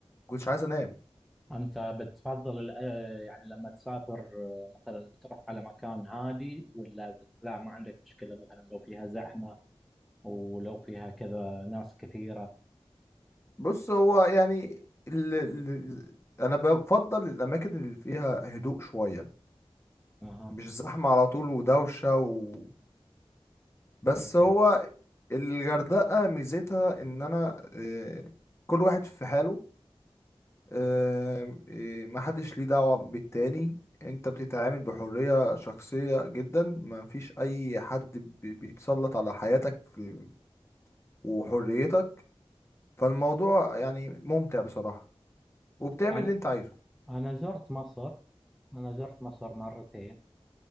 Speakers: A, on the left (about 25°); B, in the centre.
A: كنتش عايز انام
B: أنت بتفضل الأ- يعني لما تسافر آه، مثلا بتروح على مكان هادي ولا بت- لا ما عندك مشكلة مثلا لو فيها زحمة ولو فيها كذا ناس كثيرة
A: بص هو يعني ال... ال... انا بفضل الاماكن اللي فيها هدوء شويه
B: أها
A: مش زحمه على طول ودوشه و...
B: بالضبط
A: بس هو الغردقه ميزتها ان انا آه، كل واحد في حاله آه، آه، محدش ليه دعوه بالتاني انت بتتعامل بحريه شخصيه جدا مفيش اي حد بي- بيتسلط على حياتك في... وحريتك فالموضوع يعني ممتع بصراحه وبتعمل
B: أنا
A: اللي انت عايزه
B: أنا زرت مصر أنا زرت مصر مرتين